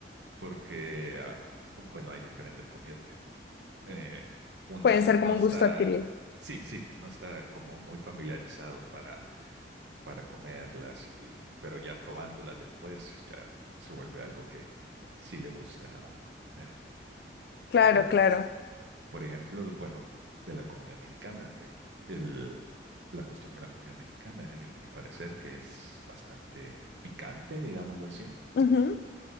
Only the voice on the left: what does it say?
Pueden
ser como
un gusto adquirido.
Claro,
claro.
Ujú.